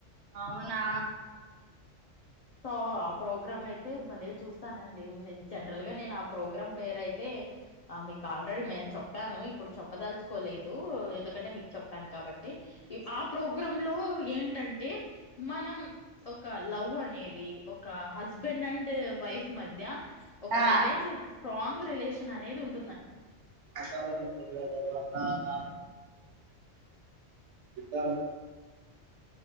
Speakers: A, on the right (about 70°); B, on the left (about 70°).
A: అవునా
B: సో ఆ ప్రోగ్రామ్ అయితే భలే చూస్తానండి జనరల్ గా నేను ఆ ప్రోగ్రాం పేరు అయితే ఆ మీకు ఆల్రెడీ మేము చెప్పాను ఇప్పుడు చెప్పదలుచుకోలేదు ఎందుకంటే మీకు చెప్పాను కాబట్టి ఆ ప్రోగ్రామ్ లో ఏంటంటే మనం ఒక లవ్ అనేది ఒక హస్బెండ్ అండ్ వైఫ్ మధ్య ఒక
A: ఆ
B: రిలేషన్ స్ట్రాంగ్ రిలేషన్ అనేది ఉంటుంది
A: మాతవణ గ వన్నద <unintelligible> అా